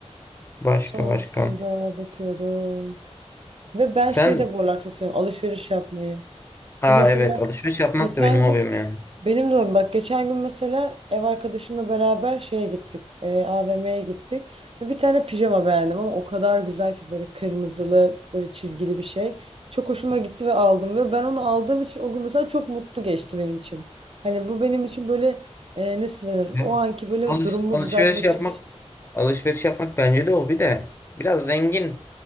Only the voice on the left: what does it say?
Başka
başka.
Sen
Aa,
evet alışveriş yapmak
da benim hobim
yani.
Ya,
alış,
alışveriş
yapmak
alışveriş yapmak bence de hobi de biraz zengin